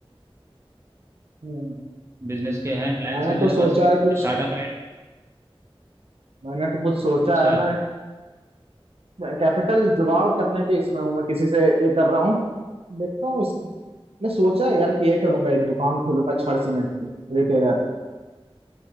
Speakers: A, on the right (about 75°); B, on the right (about 25°).
A: हम्म,
B: बिजनेस के हैं प्लान्स
A: मैंने
B: हैं मेरे
A: तो सोचा
B: पास
A: है कुछ
B: स्टार्टअप है
A: मैंने तो कुछ सोचा
B: अच्छा
A: है मैं कैपिटल जुगाड़ करने के इसमें हूँ मैं किसी से ये कर रहा हूँ देखता हूँ मैं सोचा यार कि ये करूंगा एक दुकान खोलूंगा छड़ सीमेंट की रिटेलर